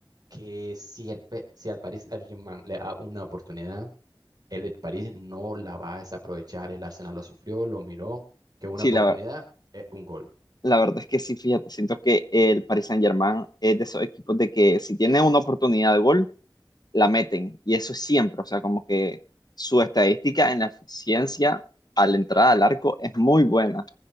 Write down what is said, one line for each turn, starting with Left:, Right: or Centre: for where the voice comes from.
Right: que si, el, P- si al Paris Saint-Germain le da una oportunidad, el de París no la va a desaprovechar. El Arsenal lo sufrió, lo miró, que una
Left: Sí,
Right: oportunidad
Left: la,
Right: es un gol.
Left: la verdad es que sí, fíjate, siento que el Paris Saint-Germain es de esos equipos de que si tiene una oportunidad de gol, la meten. Y eso es siempre, o sea, como que su estadística en la eficiencia a la entrada al arco es muy buena.